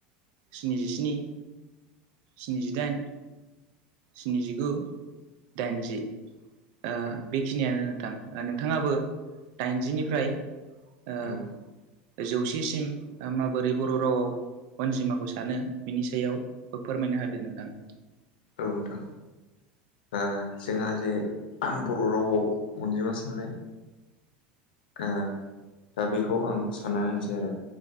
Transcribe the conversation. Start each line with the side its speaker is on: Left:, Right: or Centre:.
Right: स्निजिस्नि स्निजिदाइन स्निजिगु दाइनजि ओ
Left: औ
Right: बेखिनियानो नोंथां ओ नोंथाङाबो दाइनजिनिफ्राय
Left: औ
Right: ओ
Left: औ
Right: जौसेसिम माबोरै बर' रावाव अनजिमाखौ सानो बिनि सायाव फोरमायनो हादो नोंथां
Left: औ नोंथां ओ जोंहा जे बर' रावआव अनजिमा साननाय ओ दा बेखौ आं सानना होनसै आरो